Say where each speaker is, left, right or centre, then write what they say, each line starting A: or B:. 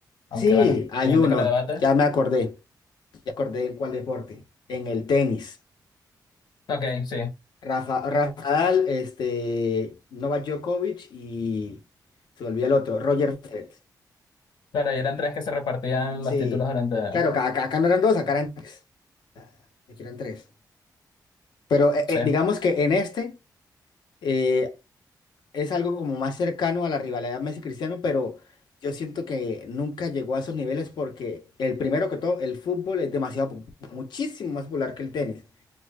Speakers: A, on the left; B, on the left.
A: aunque
B: Sí,
A: bueno,
B: hay
A: hay gente
B: uno.
A: que lo debate
B: Ya me acordé. Ya acordé en cuál deporte. En el tenis.
A: Ok, sí.
B: Rafa, Rafa Nadal, este, Novak Djokovic y se volvía el otro, Roger Federer.
A: Claro, y eran tres que se repartían
B: Sí.
A: los títulos durante...
B: Claro, acá, acá- acá no eran dos, acá eran tres. Ah, Aquí eran tres. Pero eh,
A: Sí,
B: eh, digamos que en este eh, es algo como más cercano a la rivalidad Messi-Cristiano, pero yo siento que nunca llegó a esos niveles porque el primero que todo, el fútbol es demasiado, pop- muchísimo más popular que el tenis.